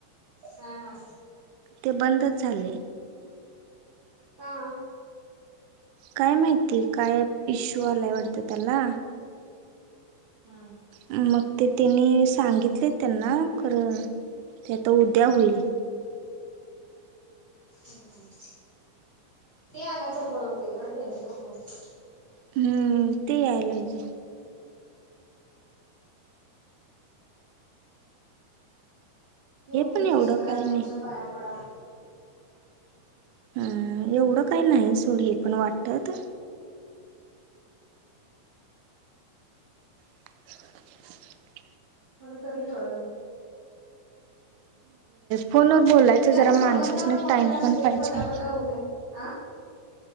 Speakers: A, on the right; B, on the right.
A: हा हा
B: ते बंदच झाले
A: हा
B: काय माहिती काय इश्यू आलायवटतं त्याला
A: हा
B: मग ते त्यांनी सांगितले त्यांना खं ते आता उद्या होईल
A: हम् ते आलं तर बरं होतंय ग टेन्शन नाही
B: हम्म ते यायलाजे
A: हे उगीच
B: पण एवढं
A: सतरा
B: काय
A: जणांच्या
B: नाही.
A: पाया पडा.
B: हम एवढं काही नाही सोड हे पण वाटतत. <unintelligible>
A: मर तरी प.
B: फोनवर बोलाय.
A: ते असं
B: जरा
A: समजणार
B: माणसा
A: कोणत
B: टाइम
A: असले
B: पण पाहिजे.
A: की पटापटा होते आ